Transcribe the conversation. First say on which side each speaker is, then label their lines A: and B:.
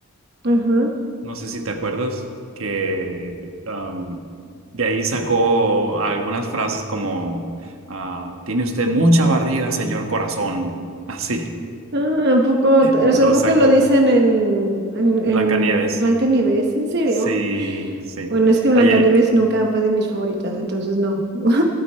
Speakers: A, on the right; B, on the right.
A: Ajá.
B: no sé si te acuerdas, que am, de ahí sacó algunas frases como, ah, tiene usted mucha barriga, señor corazón, <laughs> así.
A: Ah, ¿a poco, t-
B: Lo
A: o sea, ¿a poco
B: sacó
A: lo dicen en, en, en
B: Blancanieves.
A: Blancanieves? ¿En serio?
B: Sí, sí.
A: Bueno, es que Blancanieves
B: Ayer,
A: nunca fue de mis favoritas, entonces no. <laughs>